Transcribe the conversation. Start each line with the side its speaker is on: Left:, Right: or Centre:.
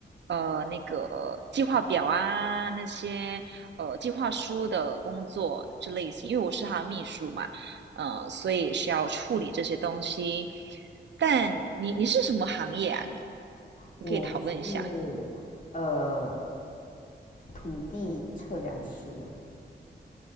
Right: 呃那个计划表啊，那些呃计划书的工作这类型，因为我是他的秘书嘛，呃，所以需要处理这些东西。但你你是什么行业啊？你
Left: 我是呃
Right: 你可以讨论一下。
Left: 土地测量师，